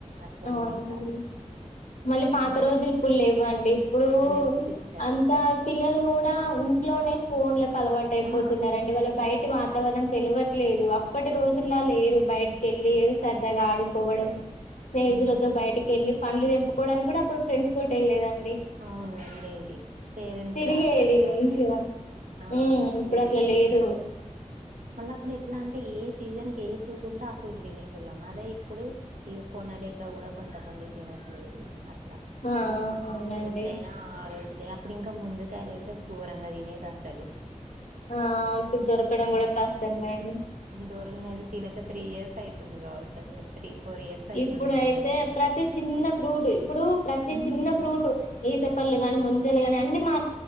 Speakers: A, on the right; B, on the left.
A: అట్లుంది
B: అవును
A: ఇంకా
B: మళ్ళీ పాత
A: ఇంకా
B: రోజులు ఇప్పుడు లేవండి ఇప్పుడు
A: లేవు సిస్టర్
B: అంత పిల్లలు కూ త ఇంట్లోనే ఫోన్లకు అలవాటు అయిపోతున్నారండి
A: ఆ
B: వాళ్ళ బయటి వాతావరణం తెలువట్లేదు అప్పటి
A: అవును
B: రోజుల్లా లేరు బయటికి ఎల్లి సరదాగా ఆడుకోవడం స్నేహితులతో
A: ఉమ్
B: బయటకి ఎళ్ళి పండ్లు తెంపుకోవడానికి కూడా అప్పుడు ఫ్రెండ్స్ తోటి వెళ్లేదం
A: అవును వెళ్లేది పేరెంట్స్
B: తిరిగేది
A: రాకపోయినా
B: మంచిగా
A: కూడా ఆ
B: ఉమ్
A: మంచిగా
B: ఇప్పుడు అట్లా
A: తిరిగి
B: లేదు
A: మళ్ళప్పుడు ఎట్లా అంటే ఏ సీజన్ కె ఏ ఫ్రూట్ ఉంటే ఆ ఫ్రూటు తినేటోల్లం అదే ఇప్పుడు ఇగ కొనలేక కూడా కొంతమంది తినట్లేరు అ
B: ఆ అవునండి
A: ఎంతైనా ఆ రోజులే అప్పుడు ఇంకా ముంజకాయలు అయితే ఘోరంగా తినేది అసలు
B: ఆ ఇప్పుడు దొరకడం కూడా కష్టమైంది
A: దొరగనేది తినక త్రీ ఇయర్స్ అయితుంది కావచ్చు అసలు త్రీ ఫోర్ ఇయర్స్ అయితుంది
B: ఇప్పుడయితే
A: ముంజకాయలు
B: ప్రతి
A: తినక
B: చిన్న ఫ్రూట్ ఇప్పుడు ప్రతి
A: ఉమ్
B: చిన్న ఫ్రూట్ ఈతపళ్ళు గాని ముంజలు గాని అన్ని మార్